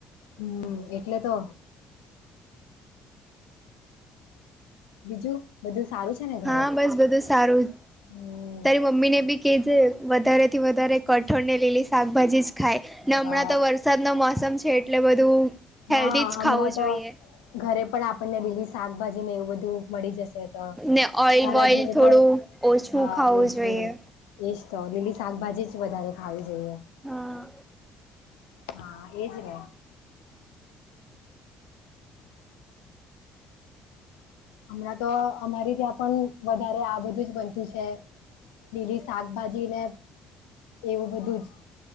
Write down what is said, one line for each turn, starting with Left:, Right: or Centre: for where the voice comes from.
Left: હમ એટલે તો બીજું બધું સારું છે ને ઘરે
Centre: હા બસ બધું સારું.
Left: હમ
Centre: તારી મમ્મીને બી કે જે વધારેથી વધારે કઠોળ ને લીલી શાકભાજી જ ખાય. હમણાં
Left: અ
Centre: તો વરસાદ નું મોસમ છે એટલે બધું
Left: હા
Centre: હેલ્ધી જ
Left: હમણાં
Centre: ખાવું
Left: તો
Centre: જોઈએ.
Left: ઘરે પણ આપણને લેલી શાકભાજી ને એવું બધું મળી જશે. તો
Centre: ને ઓઈલ
Left: સારા
Centre: બોઈલ
Left: ઘરે
Centre: થોડું
Left: પણ
Centre: ઓછું
Left: હા
Centre: ખાવું
Left: ઓછું
Centre: જોઈએ
Left: એજ તો લીલી શાકભાજી જ વધારે ખાવી જોઈએ.
Centre: હા
Left: હા એજ ને. હમણાં તો અમારી ત્યાં પણ વધારે આ બધું જ બનતું છે. લીલી શાકભાજી ને એવું બધું જ